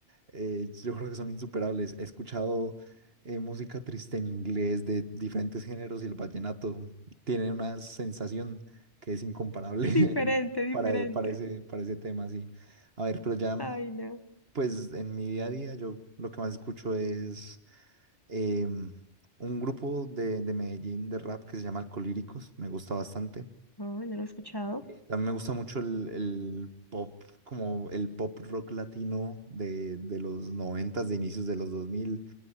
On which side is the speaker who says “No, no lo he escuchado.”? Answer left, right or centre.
Left